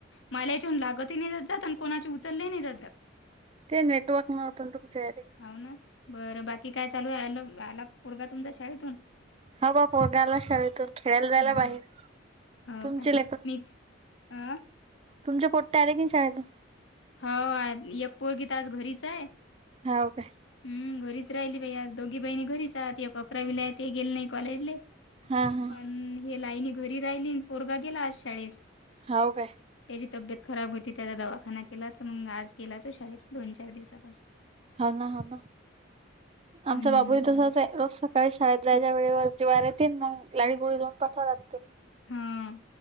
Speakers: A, on the left (about 75°); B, on the right (about 30°).
A: माला याच्यावरन लागतही जात जात. आणि कोणाची उचलले नाही जात जात.
B: ते नेटवर्क नव्हतं ना तुमच्यायाले.
A: होा ना बरं बाकी काय चालू आहे आ आला पोरगा तुमच्या शाळेतून
B: ह बा पोन आला शाळेतून खेळाला जायला
A: बरं.
B: बाहेर
A: हो
B: तुमचे
A: काय मिकस अ
B: तुमच्या पट्या आले की शाळेला
A: हो एक पोरगी तर आज घरीच आहे.
B: हाव काय
A: हम्म घरीच राहीली बयी आज. दोघी बहिणी घरी आहेत. एक अकरावीले आहे. ती गेले नाही कॉलेजले.
B: हा हा
A: आणि हे लाईन घरी राहिलीन पोरगा गेला आज शाळेत.
B: हाव काय
A: त्याची तब्येत खराब होती. त्याचा दवाखाना केला तर मग आज गेला तो शाळेत दोन चार दिवसापासून.
B: हाव ना हाव ना आमचा
A: अन्
B: बाबूही तसाच आहे रोज सकाळी शाळेत जायच्या वेळेवरती जीवावर येेते. मग लाडी गोडी लावुन पाठवाव लागते.
A: हां